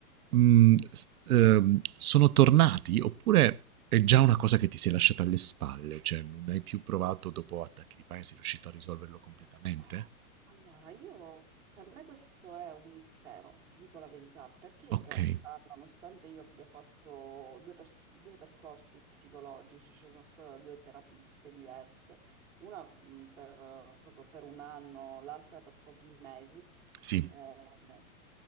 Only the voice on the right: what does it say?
mhmm, s ehm, sono tornati oppure è già una cosa che ti sei lasciata alle spalle, cioè non hai più provato dopo Attacchi di Panico, sei riuscito a risolverlo completamente?
Okay,
sì,